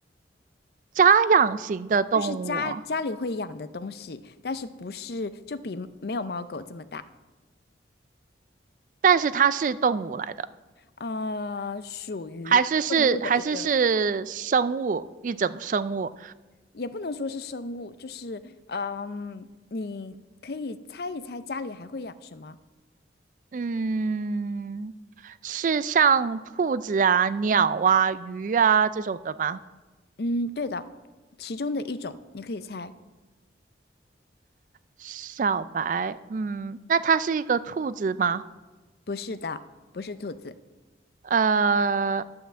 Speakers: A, on the right (about 45°); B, on the left (about 55°).
A: 家养型的动物，
B: 就是家家里会养的东西，但是不是就比没有猫狗这么大。
A: 但是它是动物来的，
B: 呃，属于动物的一个，
A: 还是是还是是生物，一种生物。
B: 也不能说是生物，就是嗯、你可以猜一猜家里还会养什么？
A: 嗯，是像兔子啊、鸟啊、鱼啊这种的吗？
B: 嗯，对的，其中的一种你可以猜。
A: 小白，嗯，那它是一个兔子吗？
B: 不是的，不是兔子。
A: 呃，